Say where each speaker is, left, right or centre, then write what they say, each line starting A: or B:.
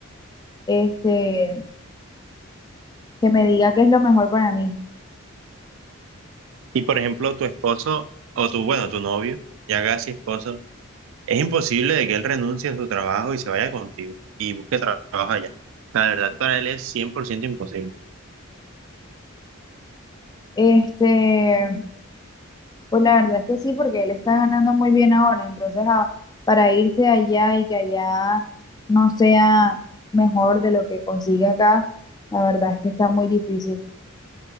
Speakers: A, on the left; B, on the right.
A: este, que me diga qué es lo mejor para mí.
B: Y por ejemplo, tu esposo o tu, bueno, tu novio, ya casi esposo, es imposible de que él renuncie a su trabajo y se vaya contigo y busque tra- trabajo allá. O sea, La verdad para él es 100% imposible.
A: Este, pues la verdad es que sí, porque él está ganando muy bien ahora, entonces a- para irse allá y que allá no sea mejor de lo que consigue acá, la verdad es que está muy difícil.